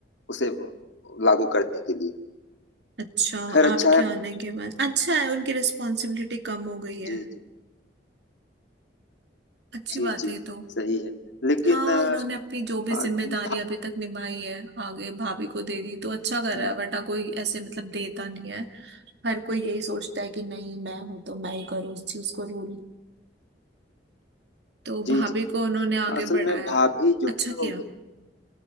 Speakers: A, on the left; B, on the right.
A: उसे लागू करने के लिए
B: अच्छा
A: खैर अच्छा
B: आपके
A: है
B: आने
A: जी
B: के बाद अच्छा है उनकी रिस्पॉन्सिबिलिटी कम हो गई है
A: जी
B: अच्छी
A: जी
B: बात
A: जी
B: है ये तो
A: सही है लेकिन
B: हाँ
A: अ,
B: उन्होंने अपनी जो भी
A: आ,
B: जिम्मेदारी
A: भा,
B: अभी तक निभाई है आगे भाभी को दे दी तो अच्छा कर रहा
A: हम्म,
B: है वरना
A: हम्म,
B: कोई ऐसे मतलब देता नहीं है हर कोई यही सोचता है कि नहीं मैं हूं तो मैं ही करूँ उस चीज को रूल तो
A: जी
B: भाभी
A: जी
B: को उन्होंने आगे
A: असल
B: बढ़ाया
A: में भाभी जो
B: अच्छा
A: है
B: किया
A: वो